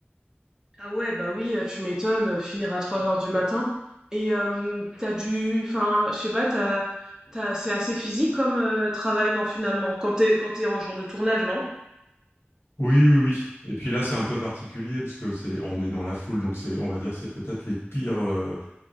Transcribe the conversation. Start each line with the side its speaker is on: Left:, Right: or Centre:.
Right: Ah ouais, bah oui, euh, tu m'étonnes, euh, finir à 3 heures du matin. Et euh, t'as dû, enfin, je sais pas, t'as, t'as, c'est assez physique comme euh, travail, non, finalement, quand t'es, quand t'es en jour de tournage, non?
Left: Oui, oui, oui. Et puis là, c'est un peu particulier parce que c'est on est dans la foule, donc c'est on va dire c'est peut-être les pires euh,